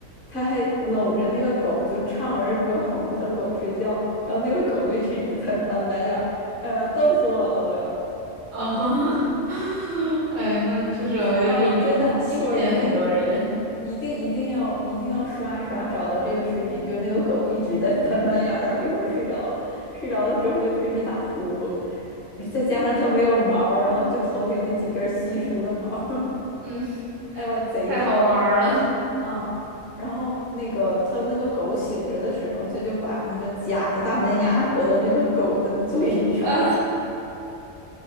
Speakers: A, on the left (about 40°); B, on the right (about 65°).
A: 他还搂着那个狗就唱儿歌哄他狗睡觉，然后那个狗就一直在翻白眼儿，哎呀，逗死我了都要！
B: 啊 <laughs> 哎，那这种就是一定会吸引很多人。
A: 哎呦，真的，一会儿一定一定一定要一定要刷一刷，找到这个视频，就是那个狗一直在翻白眼儿，然后一会儿睡着了，睡着了之后就开始打呼噜，再加上它没有毛儿然后就头顶那几根稀疏的毛儿
B: 嗯，
A: 哎，我贼逗，
B: 太好玩儿了。
A: 嗯，然后那个他那个狗醒着的时候，他就把那个假的大门牙搁到那个狗的 <laughs> 嘴上，
B: <laughs> 啊，